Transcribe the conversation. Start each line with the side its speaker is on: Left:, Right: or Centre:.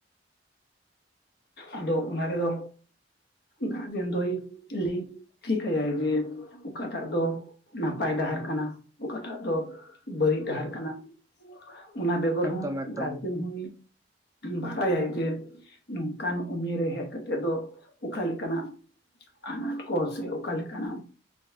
Left: ᱟᱫᱚ ᱚᱱᱟ ᱨᱮᱫᱚ ᱜᱟᱨᱡᱮᱱ ᱫᱚᱭ ᱞᱮᱭ ᱴᱷᱤᱠᱟᱭᱟᱭ ᱡᱮ ᱚᱠᱟᱴᱟᱜ ᱫᱚ ᱱᱟᱯᱟᱭ ᱰᱟᱦᱟᱨ ᱠᱟᱱᱟ ᱚᱠᱟᱴᱟᱜ ᱫᱚ ᱵᱟᱹᱲᱤᱡ ᱰᱟᱦᱟᱨ ᱠᱟᱱᱟ᱾
Right: <unintelligible>
Left: ᱚᱱᱟ ᱵᱮᱜᱚᱨ
Right: ᱮᱠᱫᱚᱢ
Left: ᱦᱚ
Right: ᱮᱠᱫᱚᱢ
Left: ᱜᱟᱨᱡᱮᱱ ᱦᱚ ᱵᱟᱲᱟᱭᱟᱭ ᱡᱮ ᱱᱚᱝᱠᱟᱱ ᱩᱢᱮᱨ ᱨᱮ ᱦᱮᱡ ᱠᱟᱛᱮᱫ ᱫᱚ ᱚᱠᱟ ᱞᱮᱠᱟᱱᱟᱜ ᱟᱱᱟᱴ ᱠᱚᱥᱮ ᱚᱠᱟ ᱞᱮᱠᱟᱱᱟ